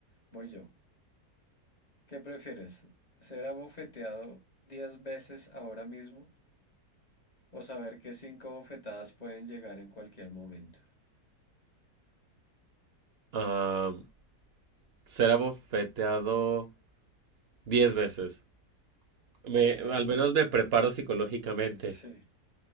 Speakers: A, on the left; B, on the right.
A: voy yo. ¿Qué prefieres? ¿Ser abofeteado 10 veces ahora mismo o saber que 5 bofetadas pueden llegar en cualquier momento?
B: Am, ser abofeteado 10 veces. Me,
A: Vamos
B: al
A: a ver.
B: menos me preparo psicológicamente.
A: Sí.